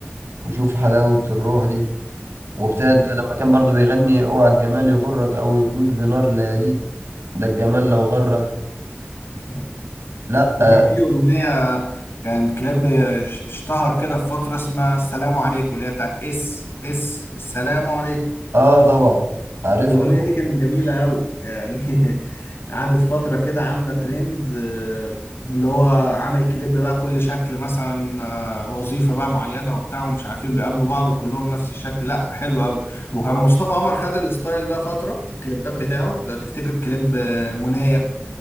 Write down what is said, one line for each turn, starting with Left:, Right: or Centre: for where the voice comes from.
Right: وشوف حلاوة الروح دي وابتدت
Left: مم.
Right: لما كان برضو بيغني اوعى الجمال يغرك او يكويك بنار ليالي ده الجمال لو غرك
Left: آه.
Right: لا
Left: وكان
Right: اه,
Left: في أغنية كان كلاب اشتهر كده في فترة اسمها السلام عليكم اللي هي بتاعت اس اس السلام عليكم
Right: آه طبعا عارفها
Left: الأغنية
Right: طبعا
Left: دي كانت جميلة أوي يعني <laughs> قعدت فترة كده عاملة ترند آه، اللي هو عامل كليب بقى كل شكل مثلا آه، وظيفة بقى معينة وبتاع ومش عارف ايه بيقابلوا بعض وكلهم نفس الشكل لا حلو أوي وكان مصطفى عمر خد الستايل ده فترة في الكليبات بتاعه لو تفتكر كليب آه، منايا